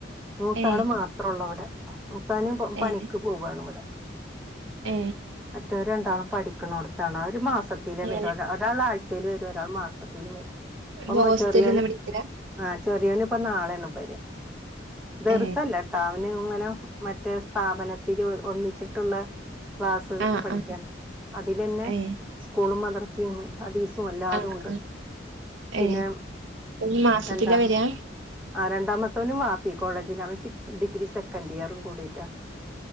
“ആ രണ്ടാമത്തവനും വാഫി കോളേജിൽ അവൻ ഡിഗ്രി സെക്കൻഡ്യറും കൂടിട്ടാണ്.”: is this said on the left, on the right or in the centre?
Centre